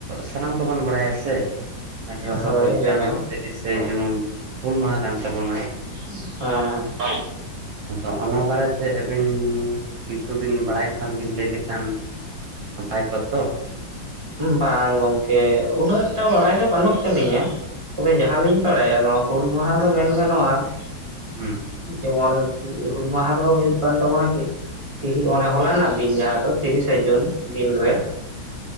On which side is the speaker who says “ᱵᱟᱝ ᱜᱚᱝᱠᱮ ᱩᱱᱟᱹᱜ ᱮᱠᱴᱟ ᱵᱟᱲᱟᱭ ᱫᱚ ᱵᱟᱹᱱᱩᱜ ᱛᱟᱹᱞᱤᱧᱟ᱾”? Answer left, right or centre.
Right